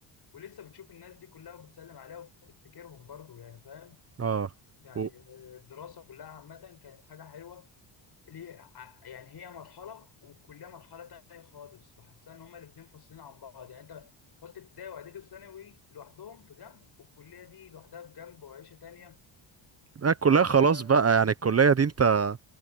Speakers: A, on the left; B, on the right.
A: ولسه بتشوف الناس دي كلها وبتسلم عليها وبتفتكرهم برضو يعني فاهم
B: اه
A: يعني
B: و...
A: الدراسه كلها عامه كانت حاجه حلوه ليه ع- يعني هي مرحله والكليه مرحله تانية خالص بحسها ان هما الاثنين فاصلين عن بعض يعني انت حط ابتدائي واعدادي وثانوي لوحدهم في جنب والكليه دي لوحدها في جنب وعيشه تانية
B: لا، الكلية خلاص
A: فبجد
B: بقى يعني الكلية دي انت